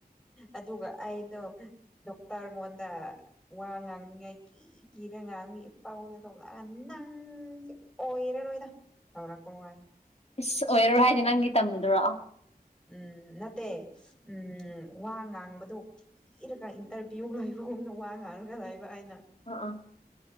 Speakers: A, in the centre; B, on the left.
A: ꯑꯗꯨꯒ ꯑꯩꯗꯣ ꯗꯣꯛꯇꯔꯉꯣꯟꯗ ꯋꯥ ꯉꯥꯡꯅꯤꯡꯉꯥꯏꯒꯤ ꯒꯤꯔ ꯉꯥꯡꯒꯤ ꯄꯥꯎꯅ <unintelligible> ꯊꯣꯛꯂꯛꯑꯒ ꯅꯪꯁꯦ ꯑꯣꯏꯔꯔꯣꯏꯗ ꯇꯧꯔꯛꯄꯥ ꯋꯥꯅꯤ
B: ꯏꯁ ꯑꯣꯏꯔꯔꯣꯏ ꯍꯥꯏꯗꯤ ꯅꯪꯒꯤ ꯇꯝꯕꯗꯨꯔꯣ
A: ꯎꯝ ꯅꯠꯇꯦ ꯎꯝ ꯋꯥ ꯉꯥꯡꯕꯗꯣ ꯀꯤꯔꯒ ꯏꯟꯇꯔꯚꯤꯌꯨ ꯂꯩꯕꯒꯨꯝꯅ ꯋꯥ ꯉꯥꯡꯉꯒ ꯂꯩꯕ ꯑꯩꯅ
B: ꯑ ꯑꯥ